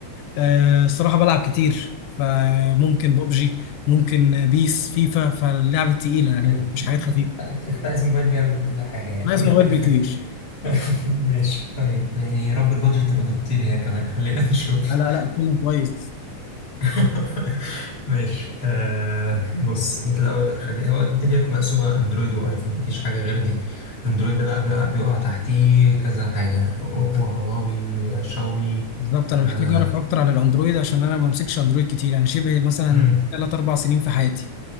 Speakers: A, on the left (about 85°); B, on the left (about 30°).
A: آه، الصراحه بلعب كتير فممكن ببجي ممكن بيس فيفا فاللعب التقيله يعني
B: حلو
A: مش مش حاجات خفيفه
B: انت انت- انت عايز موبايل بيعمل كل حاجة يعني
A: انا عايز
B: من
A: موبايل
B: الاخر
A: بيطير
B: <laughs> ماشي طيب يعني يا رب البادجت تبقى بتطير هي كمان خلينا <laughs> نشوف
A: لا لا لا اتكلم كويس
B: <laughs> ماشي آه بص انت الاول هتخلي هو الدنيا مقسومه اندرويد وايفون مفيش حاجه غير دي اندرويد ده بقى بيقع, بيقع تحتيه كذا حاجه اوبو هواوي آه، شاومي
A: بالظبط
B: آه
A: انا محتاج اعرف اكتر عن الاندرويد عشان انا ما بمسكش اندرويد كتير انا شبه مثلا
B: مم.
A: 3 4 سنين في حياتي